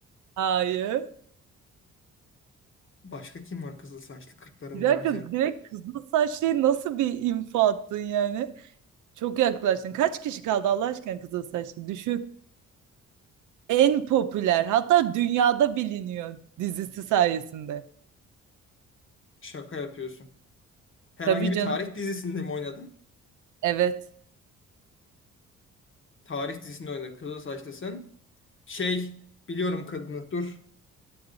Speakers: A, on the right (about 80°); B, on the left (about 40°).
A: Hayır.
B: Başka kim var kızıl saçlı kırklarında
A: Bir dakika
B: güzel?
A: Bak. direkt kızıl saçlıya nasıl bir info attın yani? Çok yaklaştın. Kaç kişi kaldı Allah aşkına kızıl saçlı? Düşün. En popüler hatta dünyada biliniyor dizisi sayesinde.
B: Şaka yapıyorsun. Herhangi
A: Tabii
B: bir
A: canım.
B: tarih dizisinde mi oynadın?
A: Evet.
B: Tarih dizisinde oynadın. Kızıl saçlısın. Şey biliyorum kadını dur.